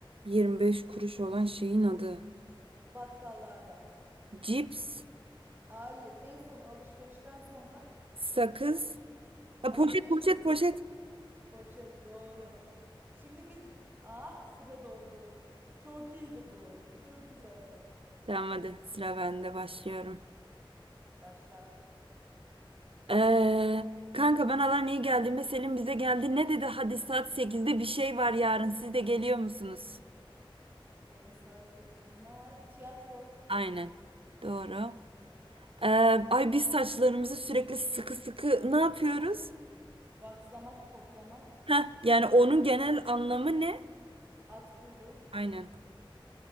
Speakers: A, on the right; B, on the right.
A: 25 kuruş olan şeyin adı.
B: bakkallarda.
A: Cips,
B: Hayır, en son alışverişten sonra
A: sakız. Ha,
B: alışveriş
A: poşet poşet poşet.
B: Poşet doğru. Şimdi biz bir... Ah süre doldu. Çok iyiydi bu. Bu çok güzeldi.
A: Tamam hadi sıra bende başlıyorum.
B: Başlat.
A: Ee, kanka ben Alanya'ya geldiğimde Selim bize geldi. Ne dedi? Hadi saat sekizde bir şey var yarın. Siz de geliyor musunuz?
B: Yarın saat 8'de ne var? Tiyatro,
A: Aynen. Doğru. Ee, ay biz saçlarımızı sürekli sıkı sıkı ne yapıyoruz?
B: vakslamak, toplamak,
A: Heh, yani onun genel anlamı ne?
B: at kuyruğu,
A: Aynen.